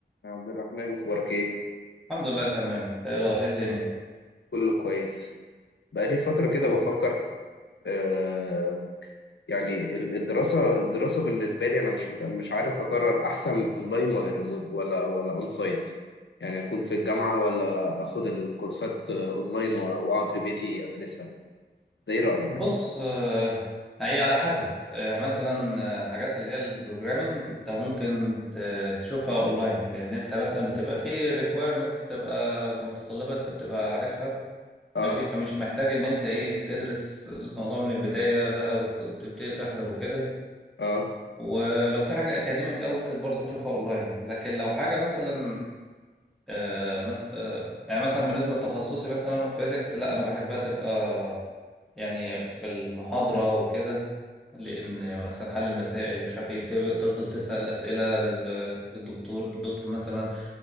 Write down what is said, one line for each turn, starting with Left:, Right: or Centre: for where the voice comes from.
Left: يا عبد الرحمن اخبارك ايه
Centre: الحمد لله تمام تقرا ايه رأي- ايه الدنيا
Left: كله كويس بقالي فتره كده
Centre: أه.
Left: بفكر آه يعني ال- الدراسه الدراسه بالنسبه لي انا مش مت... مش عارف اقرر احسن اونلاين ولا ريموت ولا ولا اون سايت يعني اكون في الجامعه ولا اخد الكورسات آه، اونلاين و- واقعد في بيتي ادرسها ده ايه رايك
Centre: بص آه، هي على حسب آه، مثلا آه، الحاجات اللي هي البروجرامينج انت ممكن ت- تشوفها اونلاين لان انت مثلا بتبقى فيه ريكويرمنتس بتبقى متطلبه انت بتبقى عارفها
Left: اه
Centre: ماشي فمش محتاج ان انت ايه تدرس الموضوع من البدايه بقى وت- وتبتدي تحضر وكده
Left: اه
Centre: ولو في حاجه اكاديميك او ممكن برضه تشوفها اونلاين لكن لو حاجه مثلا آه، مس... آه، يعني مثلا بالنسبه لتخصصي مثلا فيزيكس لا انا بحبها تبقى يعني في المحاضرة وكده لأن مثلا حل المسائل مش عارف ايه بت- تفضل تسأل أسئلة لل- للدكتور الدكتور مثلا